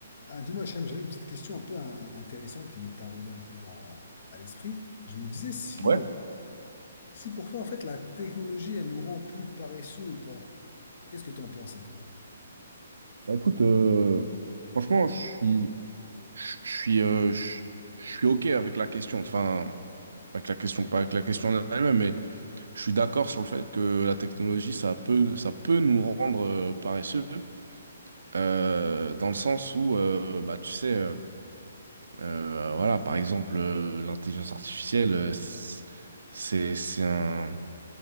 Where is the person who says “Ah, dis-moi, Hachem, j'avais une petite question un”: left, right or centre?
Left